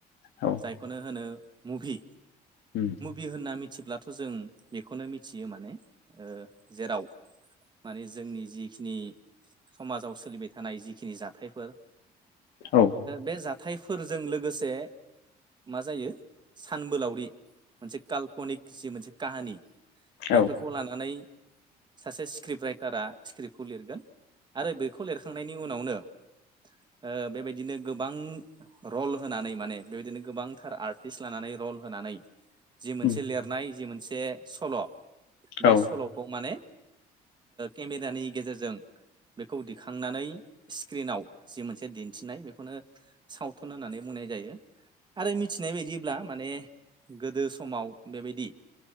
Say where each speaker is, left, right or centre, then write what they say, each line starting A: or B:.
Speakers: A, on the left; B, on the right.
A: औ
B: जायखौनो होनो मुभि
A: उम
B: मुभि होनना मिथिब्लाथ' जों बेखौनो मिथियो माने ओ जेराव माने जोंनि जिखिनि समाजाव सोलिबाय थानाय जिखिनि जाथायफोर
A: औ
B: बे जाथायफोरजों लोगोसे मा जायो सानबोलावरि मोनसे काल्पनिक जि मोनसे काहानि बेफोरखौ
A: औ
B: लानानै सासे स्क्रिप्ट राइटारा स्क्रिप्टखौ लिरगोन आरो बेखौ लिरखांनायनि उनावनो ओ बेबायदिनो गोबां रल होनानै माने बेबायदिनो गोबांथार आर्टिस्ट लानानै रल होनानै जि मोनसे
A: उम
B: लिरनाय जि मोनसे सल' बे
A: औ
B: सल'खौ माने केमेरानि गेजेरजों बेखौ दिखांनानै स्क्रिनाव जि मोनसे दिन्थिनाय बे बेखौनो सावथुन होननानै बुंनाय जायो। आरो मिथिनाय बायदिब्ला माने गोदो समाव बेबायदि